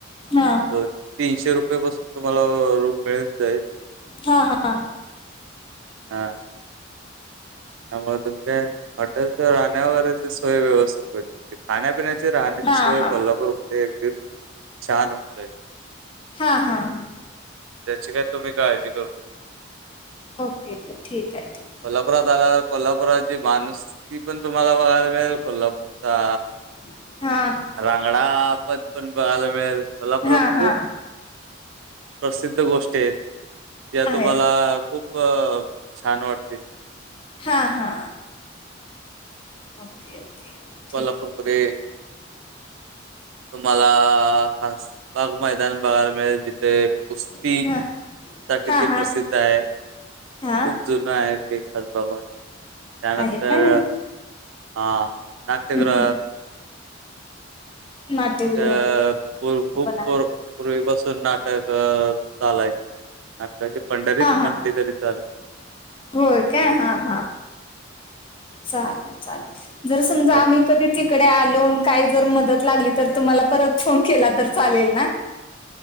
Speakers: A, on the left; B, on the right.
A: हा
B: दोन. तीनशे रुपयेपासून तुम्हाला रूम मिळून जाईल.
A: हा हा.
B: हा. त्यामुळे तुम्ही काय हॉटेलच्या राहण्या वगैरेची सोय व्यवस्थित भेटल. खाण्यापिण्याची, राहण्याची
A: हा
B: सोय
A: हा
B: कोल्हापूरमध्ये एकदम छान होऊन जाईल.
A: हा, हा, हा.
B: त्याची काय तुम्ही काळजी करून
A: ओके, तर ठीक आहे, ठीक.
B: कोल्हापुरात आला कोल्हापुराची माणूसकी पण तुम्हाला बघायला मिळेल कोल्हापूरचा
A: आहे हा.
B: रांगडा पद पण बघायला मिळेल कोल्हापुरात
A: हा
B: खूप
A: हा
B: प्रसिद्ध गोष्टी आहेत ज्या
A: आहे
B: तुम्हाला खूप छान वाटतील.
A: हा, हा. Okay, okay. ठीक
B: तुम्हाला <unintelligible> मध्ये तुम्हाला खास बाग मैदान बघायला मिळेल. जि ते कुस्तीसाठी
A: आहे हा
B: ते
A: हा हा
B: प्रसिद्ध आहे.
A: हा
B: खूप जुनं आहे ते <unintelligible> त्यानंतर
A: आहे का हम्म
B: हा नाट्यगृह
A: हम्म नाट्यगृह
B: अ खू खूप
A: पण
B: पुर्वीपासुन नाट्य तर चालायची. नाटकाची पंढरीच
A: हा हा
B: म्हणली तरी चालेल.
A: होय काय? हा, हा चालेल चालेल. जर समजा
B: पर
A: आम्ही कधी तिकडे आलो न काही जर मदत लागली तर तुम्हाला परत फोन केला तर चालेल ना?